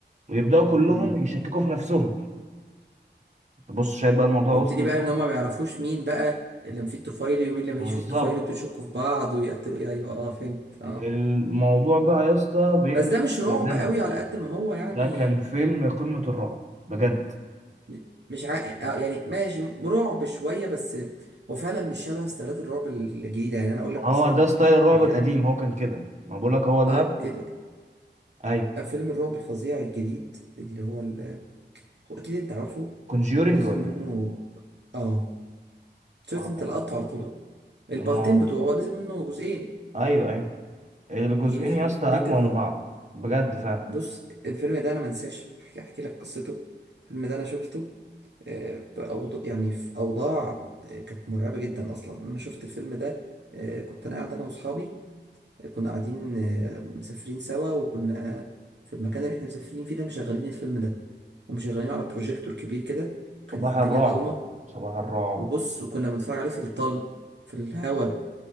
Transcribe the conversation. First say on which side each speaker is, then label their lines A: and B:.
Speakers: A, on the right; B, on the right.
A: ويبدأوا كلهم
B: امم
A: يشككوا في نفسهم تبص شايف بقى الموضوع
B: ويبتدي
A: وصل لفين
B: بقى ان هما ما بيعرفوش مين بقى اللي مفيه الطفيلي ومين اللي
A: بالظبط
B: مفيش فيه الطفيلي ويبتدوا يشكوا في بعض ويقتلوا ايوه اه فهمت اه
A: الموضوع بقى يا اسطى بيقلب
B: بس ده مش رعب
A: دموي
B: قوي على قد ما هو يعني
A: ده كان فيلم قمة الرعب بجد
B: م- مش ع... آه يعني ماشي رعب شويه بس هو فعلا مش شبه ستايلات الرعب الجديده يعني انا اقول
A: ما
B: لك
A: هو
B: مثلا
A: ده ستايل الرعب
B: اه
A: القديم هو كان كده ما بقولك هو ده
B: آه، ال-
A: ايوه
B: فيلم الرعب الفظيع الجديد اللي هو ال... هو اكيد انت عارفه
A: كونجيورنج
B: ونزل
A: ولا
B: منه
A: ايه
B: اه شفت
A: اه
B: انت لقطته على طول أهو. البارتين
A: كان أما-
B: بتوعه هو نزل منه جزئين
A: ايوه ايوه الجزئين
B: يخرب
A: يا اسطى اجمل
B: بيت الرعب
A: من بعض بجد فعلا
B: بص الفيلم ده انا ما انساش احكي احكي لك قصته الفيلم ده انا شفته آه، بأوض... يعني في اوضاع آه، كانت مرعبه جدا اصلا انا شفت الفيلم ده آه، كنت انا قاعد انا واصحابي آه، كنا قاعدين آه، مسافرين سوا وكنا في المكان اللي احنا مسافرين فيه ده مشغلين الفيلم ده ومشغلينه على بروجيكتور كبير كده
A: صباح
B: كانت الدنيا
A: الرعب
B: ضلمه
A: صباح الرعب
B: وبص وكنا بنتفرج عليه في الطل في الهوا